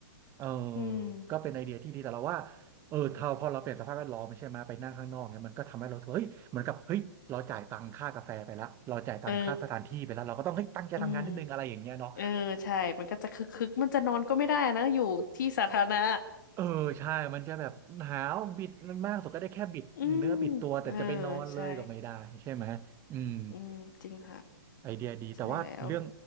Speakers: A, on the right; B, on the left.
A: เออ
B: อืม
A: ก็เป็นไอเดียที่ดีแต่เราว่าเออถ้าพอเราเปลี่ยนสภาพแวดล้อมใช่ไหมไปนั่งข้างนอกเนี่ยมันก็ทำให้เรารู้สึกว่าเฮ้ยเหมือนกับเฮ้ยเราจ่ายตังค่ากาแฟไปแล้วเราจ่ายตังค่าสถานที่ไปแล้วเราก็ต้องเฮ้ยตั้งใจทำงานนิดนึงอะไรอย่างเงี้ยเนาะ
B: เอออืมเออใช่มันก็จะคึกคึกมันจะนอนก็ไม่ได้นะอยู่ที่สาธารณะ
A: เออใช่มันจะแบบหนาวบิดมากสุดก็ได้แค่บิดเนื้อบิดตัวแต่จะไปนอนเลยก็ไม่ได้ใช่ไหมอืม
B: อืมเออใช่อืมจริงครับ
A: ไอเดียดีแต่ว่าเรื่อง
B: ใช่แล้ว